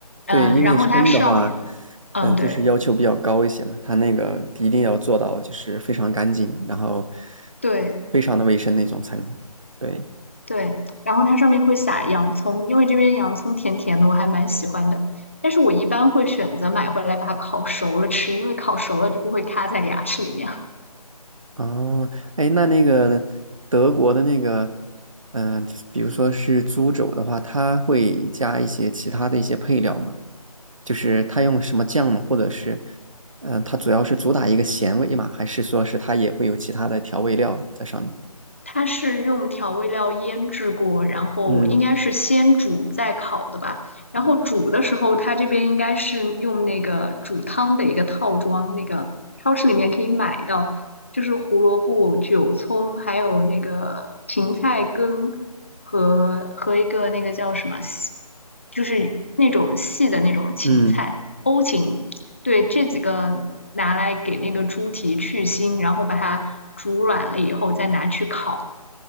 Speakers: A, on the right; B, on the left.
A: 对，
B: 嗯，
A: 因为生的话，
B: 然后它上面，嗯，
A: 嗯、
B: 对
A: 就是要求比较高一些嘛，它那个一定要做到就是非常干净，然后
B: 对
A: 非常的卫生那种才能，对。
B: 对，然后它上面会撒洋葱，因为这边洋葱甜甜的，我还蛮喜欢的。但是我一般会选择买回来把它烤熟了吃，因为烤熟了就不会卡在牙齿里面。
A: 哦，哎，那那个德国的那个，嗯、就是比如说是猪肘的话，它会加一些其他的一些配料吗？就是它用什么酱吗？或者是，嗯、它主要是主打一个咸味嘛，还是说是它也会有其他的调味料在上面？
B: 它是用调味料腌制过，然后应该是先煮再烤的吧。
A: 嗯
B: 然后煮的时候，它这边应该是用那个煮汤的一个套装，那个超市里面可以买到，就是胡萝卜、韭葱，还有那个芹菜根和和一个那个叫什么细就是那种细的那种芹菜，
A: 嗯
B: 欧芹。对，这几个拿来给那个猪蹄去腥，然后把它煮软了以后再拿去烤。